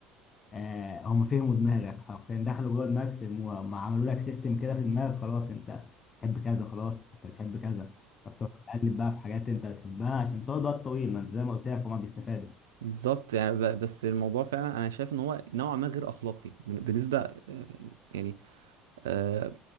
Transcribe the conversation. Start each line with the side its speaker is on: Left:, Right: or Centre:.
Left: آه هم فهموا دماغك حرفيا دخلوا جوه دماغك فهموها هم عملوا لك سيستم كده في دماغك خلاص انت بتحب كذا خلاص انت بتحب كذا فبتقعد تقلب بقى في حاجات انت بتحبها عشان تقعد وقت طويل ما انت زي ما قلت لك هما بيستفادوا
Right: بالظبط يعني ب- بس الموضوع فعلا انا شايف ان هو نوعا ما غير اخلاقي بن- بالنسبه آه، يعني آه،